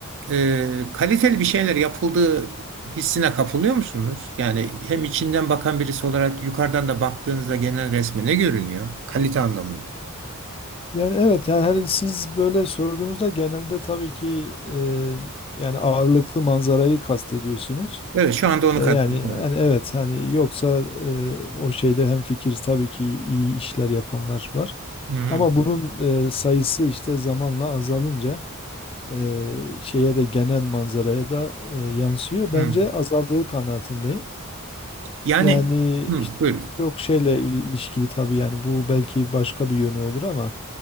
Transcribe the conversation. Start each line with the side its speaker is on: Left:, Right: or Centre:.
Right: e, kaliteli bir şeyler yapıldığı hissine kapılıyor musunuz? Yani hem içinden bakan birisi olarak yukarıdan da baktığınızda genel resme ne görünüyor? Kalite anlamında.
Left: Yani evet, yani her- siz böyle sorduğunuzda genelde tabii ki e, yani ağırlıklı manzarayı kastediyorsunuz.
Right: Evet, şu anda onu
Left: E,
Right: kastediyorum.
Left: Yani, yani
Right: Evet.
Left: evet hani yoksa e, o şeyde hem fikir tabii ki iyi işler yapanlar var.
Right: Hı hı.
Left: Ama bunun e, sayısı işte zamanla azalınca e, şeye de genel manzaraya da e, yansıyor.
Right: Hı.
Left: Bence azaldığı kanaatindeyim.
Right: Yani
Left: Yani
Right: hı,
Left: işte
Right: buyurun.
Left: yok şeyle il- ilişkili tabii yani bu belki başka bir yönü olur ama